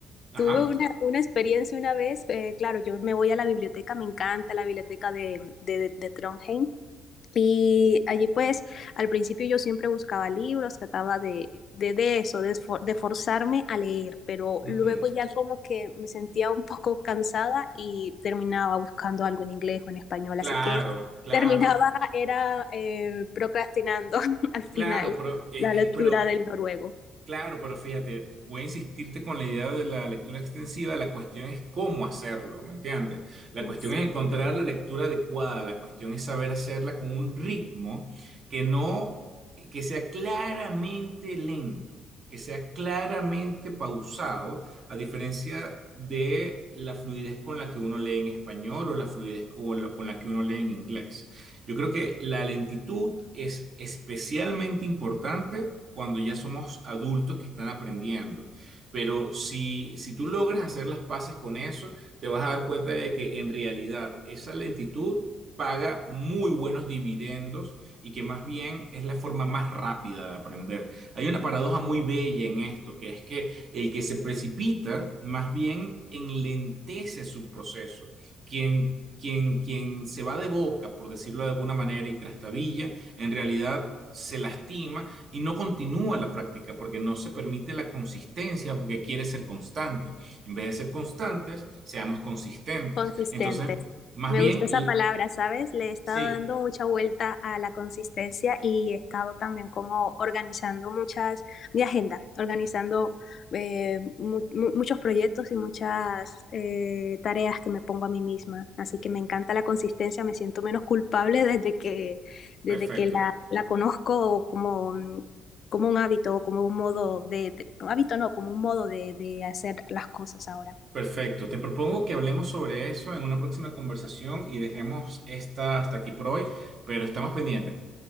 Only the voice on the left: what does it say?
tuve una, una experiencia una vez, eh, claro, yo me voy a la biblioteca, me encanta la biblioteca de, de, de Trondheim Y allí pues al principio yo siempre buscaba libros, trataba de, de, de eso, de, esfor- de forzarme a leer, pero
luego ya como que me sentía un poco cansada y terminaba buscando algo en inglés o en español,
así que <laughs>
terminaba, era eh, procrastinando <laughs> al final
la lectura
del noruego.
Mm,
sí.
Consistentes.
Me
gusta esa
palabra, ¿sabes? Le he estado
dando mucha vuelta a la consistencia y he estado también como organizando muchas, mi agenda, organizando eh, mu- mu- muchos proyectos y muchas eh, tareas que me pongo a mí misma. Así que me encanta la consistencia, me siento menos culpable <laughs> desde que, desde
que la, la conozco como, mm, como un hábito, como un modo de, de- un hábito no, como un modo de, de hacer las cosas ahora.